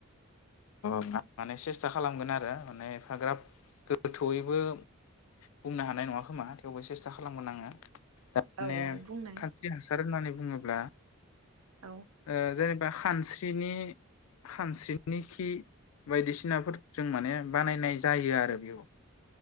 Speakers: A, on the left; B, on the right.
A: अ मा-माने सेस्था खालामगोन आरो माने एफाग्राब गोथौयैबो बुंनो हानाय नङा खोमा थेवबो सेस्था खालामगोन आङो। <unintelligible>
B: औ
A: ने
B: औ बुंनाय
A: खान्स्रि हासार होननानै बुङोब्ला
B: औ
A: ओ जेने बा खानस्रिनि खानस्रिनि खि बायदिसिनाफोर जों माने बानायनाय जायो आरो बेयाव।